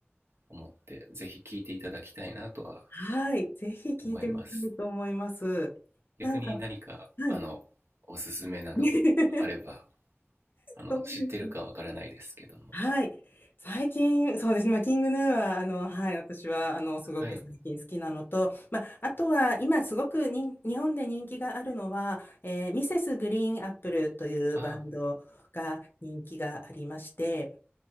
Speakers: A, on the right; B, on the left.
A: 思ってぜひ聴いていただきたいなとは
B: はい、ぜひ聞いてみたいと思います。
A: 思います逆に何かあのおすすめなどあれば
B: なんか、はい。<laughs>
A: あの知ってるかわからないですけども
B: そうですね。はい。最近、そうですね。まあ、キングヌーは、あの、はい、私は、あの、すごく最近好きなのと、
A: はい
B: まあ、あとは、今、すごくに、日本で人気があるのは、えーミセスグリーンアップルというバンドが人気がありまして、
A: あ